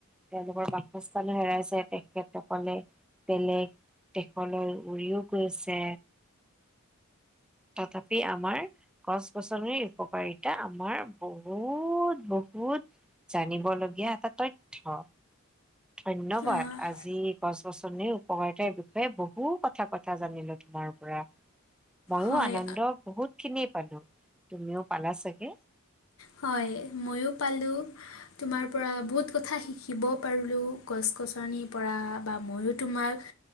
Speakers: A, in the centre; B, on the left.
A: তেওঁলোকৰ বাসস্থানো হেৰাইছে তেখেতসকলে বেলেগ দেশলৈ উৰিও গৈছে তথাপি আমাৰ গছ গছনিৰ উপকাৰিতা আমাৰ বহুত বহুত জানিব লগীয়া এটা তথ্য ধন্যবাদ
B: অ'।
A: আজি গছ গছনিৰ উপকাৰিতাৰ বিষয়ে বহু কথা কথা জানিলো তোমাৰ পৰা ময়ো
B: হয়
A: আনন্দ বহুত খিনি পালো তুমিও পালা চাগে?
B: হয় ময়ো পালো তোমাৰ পৰা বহুত কথা শিকিব পাৰিলো গছ গছনিৰ পৰা বা মইয়ো তোমাক